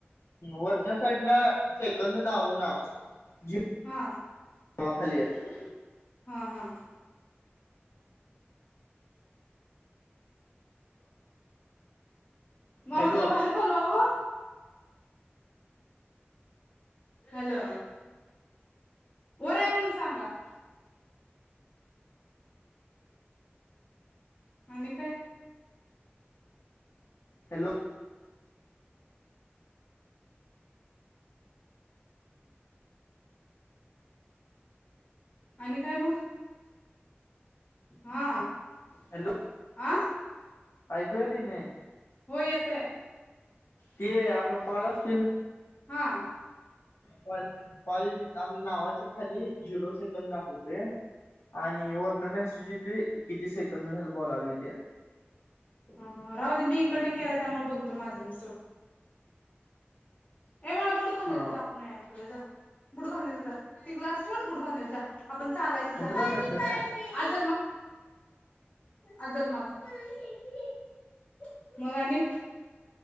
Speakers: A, on the left; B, on the left.
A: वरच्या साईडला सेकंद दावना जी
B: हा.
A: हवा खाली आहे.
B: हा हा मामा
A: हॅलो
B: तुला बाहेर बोलवाव. हॅलो वर आहे म्हणून सांगा. आणि काय?
A: हॅलो
B: आणि काय मग? हा
A: हॅलो
B: आं?
A: ऐकू यायला लागले का नाही?
B: हो येतय.
A: ते आपलं कॉल असतो
B: हा
A: कॉल कॉल आपल्या नावाच्या खाली झिरो सेकंद दाखवते आणि वर्ण मेसेज येते किती सेकंद झाला. बोलायलो ते
B: हा हा राहू दे मी इकडन केलाय त्यामुळे बघतो माझं मी सोड ऐ बाळा बुडकली
A: हा
B: जात व्यायाम करा जा. बुट घालून येजा ती ग्लास ठेवून बुट घालून ये जा आपण चालायचं जा.
A: कुठे जाताय
B: ेत
A: फिरायला
B: अजलमाऊ <inaudible> मग आणि?